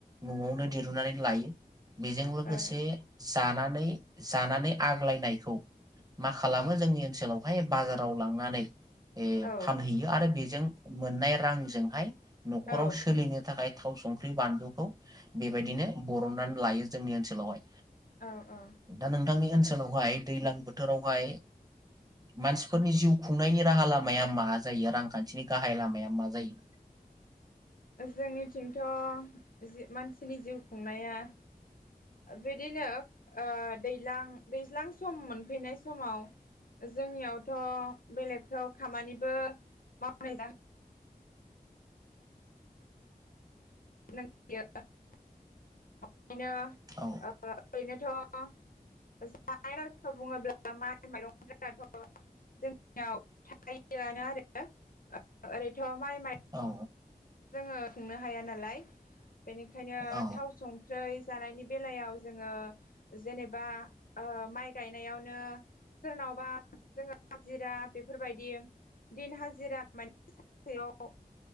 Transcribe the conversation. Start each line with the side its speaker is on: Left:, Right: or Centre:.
Right: न'आवनो दिरुनानै लायो। बेजों लोगोसे
Left: औ
Right: जाना नै जानानै आग्लायनायखौ मा खालामो जोंनि ओनसोलावहाय बाजाराव लांनानै एह
Left: औ
Right: फानहैयो। बेजों मोननाय रांजोंहाय न'खराव
Left: औ
Right: सोलिनो थाखाय थाव संख्रि बानलुखौ बेबायदिनो बरननानै लायो जोंनि ओनसोलावहाय
Left: औ औ
Right: दा नोंथांनि ओनसो ओनासोलावहाय दैलां बोथोरावहाय मानसिफोरनि जिउ खुंनायनि राहा लामाया मा जायो रांखान्थिनि गाहाय लामाया मा जायो
Left: जोंनिथिंथ' जि मानसिनि जिउ खुंनाया बिदिनो ओ दैज्लां दैज्लां सम मोनफैनाय समाव जोंनियावथ बेलेगफ्राव खामानिबो मावनाय जाह नालायआव <unintelligible> ओ ओरैनोथ
Right: औ
Left: थ जानाय राहाखौ बुङोब्ला माइ माइरंफोराथ जोंनाव थायोआनो आरो ओ ओरैथ माइ माइरं
Right: औ
Left: जोङो खुंनो हाया नालाय बेनिखायनो
Right: औ
Left: थाव संख्रै जानायनि बेलायाव जोङो जेनेबा ओ माइ गायनायावनो सोरनावबा जोङो हाजिरा बेफोरबायदि दिन हाजिरा माने सानसेयाव